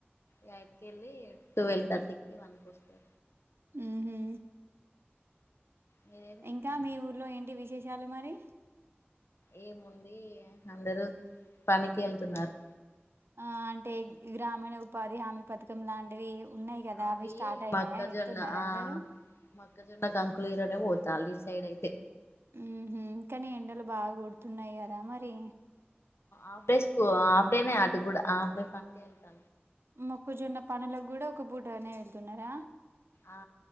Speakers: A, on the left (about 80°); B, on the right (about 70°).
A: యయి ట్ కెళ్లి టువెల్వ్ థర్టీకి వన్ కోస్ ఓకే
B: ఉహు
A: మీరేం చేస్తున్నారు
B: ఇంకా మీ ఊర్లో ఏంటి విశేషాలు మరి
A: ఏముంది అందరూ పనికెళ్తున్నారు
B: ఆ అంటే గ్రామీణ ఉపాధి హామీ పథకం లాంటివి ఉన్నాయి కదా
A: అవి
B: స్టార్ట్ అయినాయా
A: మక్కజొన్న
B: వెళ్తున్నారా
A: ఆ
B: అందరూ
A: మొక్కజొన్న కంకులుఇరోనే పోత తాళ్లిఇట్సైడ్ అయితే
B: ఉ హు కనీ ఎండలు బాగా కొడుతున్నాయి కదా మరి
A: ఆఫ్ డే స్కూ ఆఫ్ డే నే అది కూడా ఆఫ్ డే పనికే వెళ్తా
B: మొక్కుజొన్న పనులకు కూడా ఒక బూటనే వెళ్ తున్నార
A: ఆ